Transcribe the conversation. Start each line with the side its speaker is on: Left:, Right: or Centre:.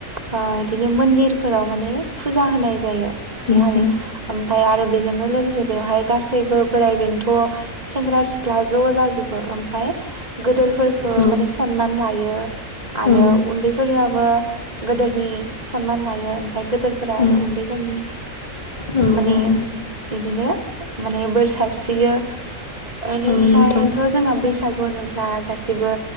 Right: बिदिनो मन्दिरफोराव माने फुजा होनाय जायो बेहाले
Left: उम उम
Right: ओमफ्राय आरो बेजोंनो लोगोसे ज बेवहाय गासैबो बोराइ बेन्थ' सेंग्रा सिख्ला ज' जाजोबो ओमफ्राय गोदोरफोरखौ
Left: औ
Right: माने सनमान लायो आरो
Left: औ
Right: उन्दैफोरो ओ गोदोरनि सनमान लायो आमफाय गोदोरफोरा आरो
Left: उम
Right: उन्दैफोरनि
Left: औ
Right: माने
Left: औ
Right: बिदिनो माने बोर सारस्रियो बेनिफ्रायथ'
Left: औ नोंथां
Right: जोंना बैसाग गु होनोब्ला गासिबो